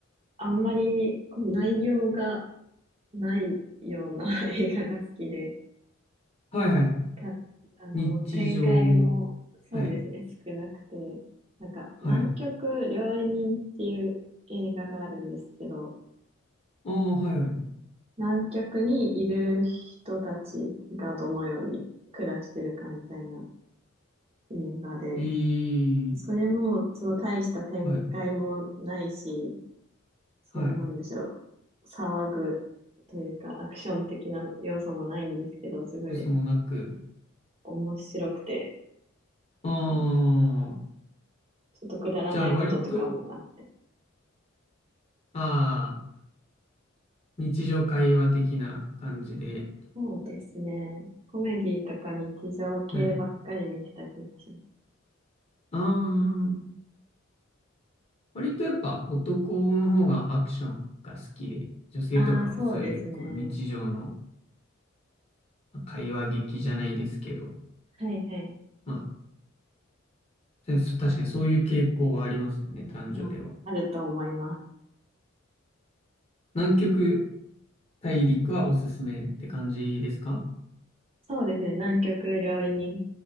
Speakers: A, on the right (about 30°); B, on the left (about 30°).
A: あんまりこう内容がないような <laughs> 映画が好きで、
B: はいはい。
A: か、あの、
B: 日常、
A: 展開も、そうですね、
B: はい、
A: 少なくて、なんか、
B: はい。
A: 南極料理人っていう映画があるんですけど、
B: ああ、はいはい。
A: 南極にいる人たちがどのように暮らしてるかみたいな映画で、
B: いい、
A: それも、その大した展開もないし、
B: はい、
A: その、
B: はい。
A: なんでしょう、騒ぐというか、アクション的な要素もないんですけど、すごい
B: 嘘もなく。
A: 面白くて、
B: ああ、
A: あの、ちょっとくだらないこととかもあって、
B: じゃあ割と、ああ、日常会話的な感じで。
A: そうですね。コメディとか日常系ばっかり見てた気がします。
B: はい。ああ、割とやっぱ男の方がアクションが好きで、女性とかはそういうこう日常の
A: ああ、そうですね。
B: まあ会話劇じゃないですけど、
A: はいはい。
B: まあ、でそ確かにそういう傾向はありますよね、男女では。
A: まあ、あると思います。
B: 南極大陸はおすすめって感じですか
A: そうですね。南極料理人